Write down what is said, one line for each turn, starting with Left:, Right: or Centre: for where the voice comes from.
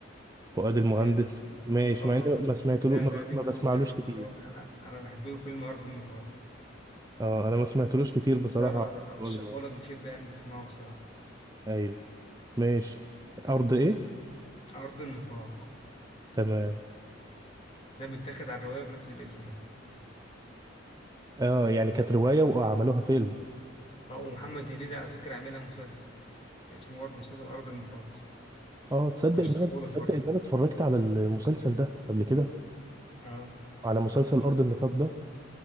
Right: فؤاد المهندس
Left: اه ده
Right: ماشي
Left: آه،
Right: مع اني ما سمعتلو
Left: ده
Right: ما
Left: ده
Right: ب-
Left: قديم
Right: ما بسمعلوش
Left: قوي ده بس
Right: كتير
Left: هو انا انا بحب له فيلم ارض النفاق
Right: اه انا ما سمعتلوش كتير بصراحة
Left: ده ارشحه
Right: أول مرة.
Left: لك بشده ان تسمعه بصراحه
Right: ايوه ماشي ارض ايه
Left: ارض النفاق
Right: تمام
Left: ده متاخد على الروايه بنفس الاسم يعني.
Right: اه يعني كانت رواية وعملوها فيلم
Left: اه ومحمد هنيدي على فكرة عاملها مسلسل اسمه برضه مسلسل أرض النفاق
Right: اه تصدق
Left: أرشحهولك
Right: ان انا تصدق
Left: برضه
Right: ان انا اتفرجت على المسلسل ده قبل كده
Left: اه
Right: على مسلسل ارض النفاق ده